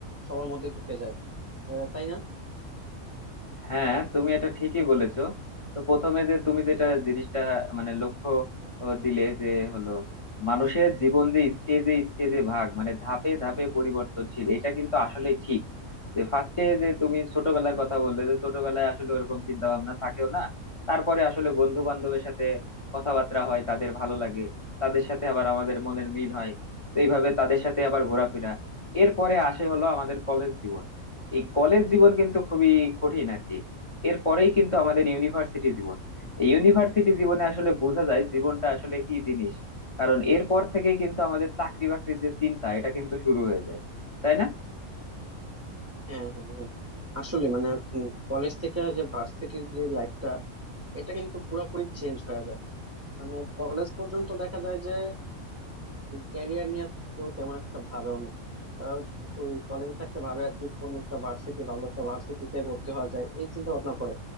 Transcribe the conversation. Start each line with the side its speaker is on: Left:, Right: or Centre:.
Right: সবার মধ্যে ঢুকে যায় আহ, তাই না
Left: হ্যাঁ তুমি এটা ঠিকই বলেছো তো প্রথমে যে তুমি যেটা জিনিসটা মানে লক্ষ্য ও, দিলে যে হলো মানুষের জীবন যে স্টেজে স্টেজে ভাগ মানে ধাপে ধাপে পরিবর্তনশীল এটা কিন্তু আসলে ঠিক যে ফার্স্টে যে তুমি ছোটবেলার কথা বললে যে ছোটবেলায় আসলে ওরকম চিন্তা ভাবনা থাকেও না তারপরে আসলে বন্ধু বান্ধবের সাথে কথাবার্তা হয় তাদের ভালো লাগে তাদের সাথে আবার আমাদের মনের মিল হয় তো এইভাবে তাদের সাথে আবার ঘোরাফেরা এরপরে আসে হলো আমাদের কলেজ জীবন এই কলেজ জীবন কিন্তু খুবই কঠিন আর কি এরপরেই কিন্তু আমাদের ইউনিভার্সিটি জীবন এই ইউনিভার্সিটি জীবনে আসলে বোঝা যায় জীবনটা আসলে কি জিনিস কারণ এরপর থেকেই কিন্তু আমাদের চাকরি বাকরির যে চিন্তা এটা কিন্তু শুরু হয়ে যায় তাই না
Right: হ্যাঁ হ্যাঁ হ্যাঁ আসলে মানে কলেজ থেকে যে ভার্সিটির যে লাইফটা এটা কিন্তু পুরোপুরি চেঞ্জ হয়ে যায় মানে কলেজ পর্যন্ত দেখা যায় যে ক্যারিয়ার নিয়ে কেউ তেমন একটা ভাবেও না আহ, ওই কলেজে থাকতে ভাবে আর কি কোন একটা ভার্সিটি ভালো একটা ভার্সিটিতে ভর্তি হওয়া যায় এই চিন্তা ভাবনা করে